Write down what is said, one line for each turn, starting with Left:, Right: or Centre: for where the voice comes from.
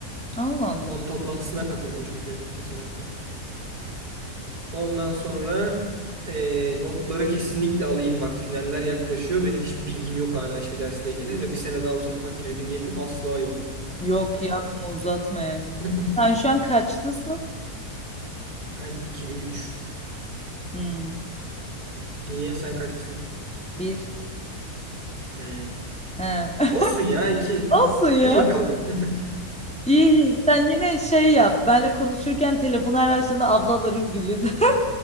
Centre: Allah Allah.
Right: Onun toplantısına katıldım çünkü geçen hafta. Ondan sonra eee, notları kesinlikle alayım bak finaller yaklaşıyor. Benim hiçbir bilgim yok hala hiçbir dersle ilgili ve bir sene daha uzatmak gibi bir niyetim asla yok.
Centre: Yok
Right: Yani
Centre: yapma uzatma yani.
Right: <clears throat>
Centre: Sen şu an kaçlısın?
Right: ben 2003.
Centre: Hmm,
Right: Niye? Sen kaçlısın ki?
Centre: bir.
Right: He.
Centre: He.
Right: Olsun ya iki.
Centre: <laughs> Olsun
Right: <laughs>
Centre: ya.
Right: İyi bakalım. <laughs>
Centre: İyi iyi. sen yine şey yap. Benle konuşurken telefonu her açtığında ablaların gülü de. <laughs>